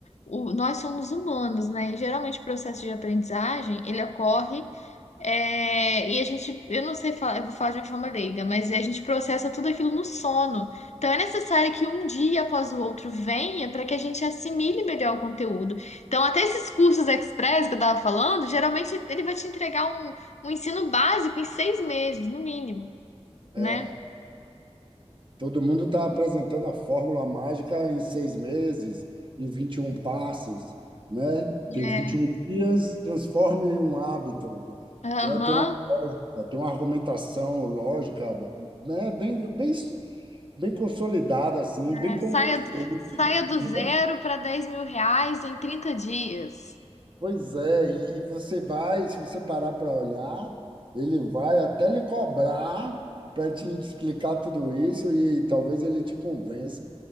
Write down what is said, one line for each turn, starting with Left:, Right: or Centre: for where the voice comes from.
Left: O- nós somos humanos, né? E geralmente o processo de aprendizagem, ele ocorre é, e a gente, eu não sei falar, eu vou falar de uma forma leiga, mas a gente processa tudo aquilo no sono. Então é necessário que um dia após o outro venha para que a gente assimile melhor o conteúdo. Então, até esses cursos express que eu estava falando, geralmente ele vai te entregar um, um ensino básico em seis meses, no mínimo,
Right: É.
Left: né?
Right: Todo mundo está apresentando a fórmula mágica em seis meses, em 21 passos, né?
Left: É.
Right: Tem vinte e um dias, transforme um hábito,
Left: Aham.
Right: né? Tem uma, lógica, tem uma argumentação lógica, né? Bem, bem, bem consolidada, assim, bem
Left: É,
Right: convincente,
Left: Saia, saia do zero
Right: né?
Left: para dez mil reais em 30 dias.
Right: Pois é, e você vai, se você parar para olhar, ele vai até lhe cobrar para te explicar tudo isso e talvez ele te convença.